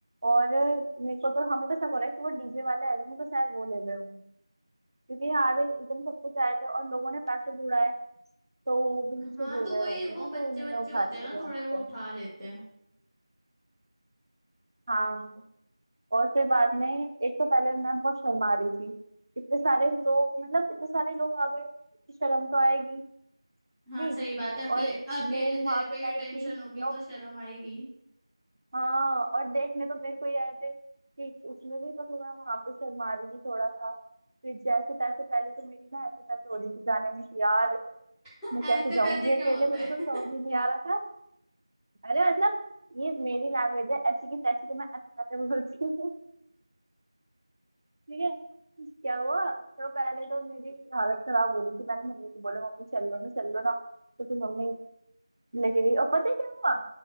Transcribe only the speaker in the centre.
हाँ
तो
वो
ये वो
बच्चे
बच्चे
होते
हैं ना
थोड़े
वो
उठा लेते हैं
हाँ सही बात है अकेले
अकेले
तेरे
पे
ही
अटेंशन
होगी
तो शर्म आएगी
<laughs>
ऐते
पैते क्या
होता
है